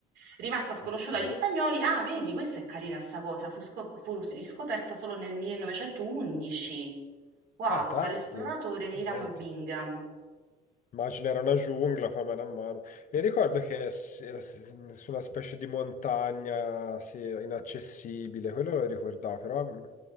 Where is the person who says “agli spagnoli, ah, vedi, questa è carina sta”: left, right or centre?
Right